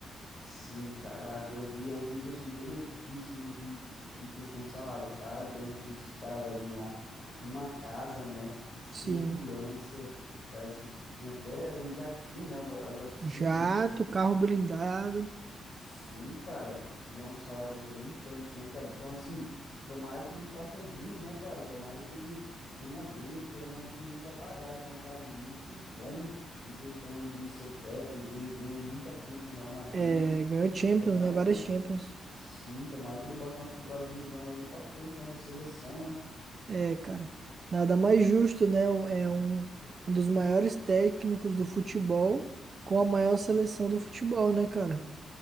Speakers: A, on the left (about 35°); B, on the right (about 30°).
A: sim, caraca, eu vi, eu vi questão de benefício, não vi em questão de salário. Cara, benefício, o cara vai ganhar uma casa, né? Segurança,
B: Sim.
A: parece que tem até um jatinho, né? Algo, algo assim,
B: Jato, carro blindado.
A: Sim, cara, e é um salário exorbitante, né, cara? Então, assim, tomara que ele faça jus, né, cara? Tomara que ele venha bem, querendo ou não, ele tem muita bagagem, né? É um cara muito bom em questão aí de ser técnico, ele ganhou muita coisa no Real Madrid.
B: É, ganhou Champions,
A: Tomara
B: né? Várias
A: que ele,
B: Champions.
A: sim, tomara que ele bote nosso Brasilzão aí pra frente, nossa seleção, né?
B: É, cara. Nada mais justo, né? Um- É um, um dos maiores técnicos do futebol com a maior seleção do futebol, né, cara?